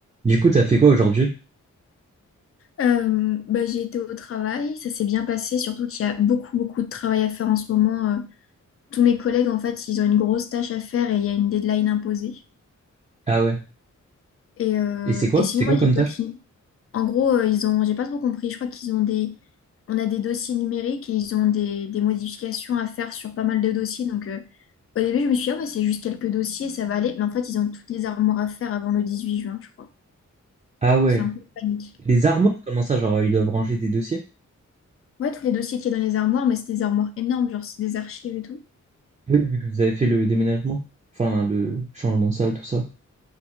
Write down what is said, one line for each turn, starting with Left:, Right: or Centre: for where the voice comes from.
Right: Du coup, t'as fait quoi aujourd'hui?
Left: Euh, bah, j'ai été au travail, ça s'est bien passé, surtout qu'il y a beaucoup, beaucoup de travail à faire en ce moment. Euh, tous mes collègues, en fait, ils ont une grosse tâche à faire et il y a une deadline imposée.
Right: Ah ouais.
Left: Et, euh,
Right: Et c'est quoi?
Left: et sinon,
Right: C'est
Left: moi,
Right: quoi comme
Left: j'ai continué.
Right: tâche?
Left: En gros, euh, ils ont, j'ai pas trop compris, je crois qu'ils ont des, on a des dossiers numériques et ils ont des, des modifications à faire sur pas mal de dossiers. Donc, euh, au début, je me suis dit, oh, bah, c'est juste quelques dossiers, ça va aller. Mais en fait, ils ont toutes les armoires à faire avant le 18 juin, je crois.
Right: Ah ouais.
Left: C'est un peu panique.
Right: Les armoires, comment ça? Genre, ils doivent ranger des dossiers?
Left: Ouais, tous les dossiers qu'il y a dans les armoires, mais c'est des armoires énormes, genre c'est des archives et tout.
Right: Oui, vu que vous avez fait le déménagement. Enfin, le changement de salle, tout ça.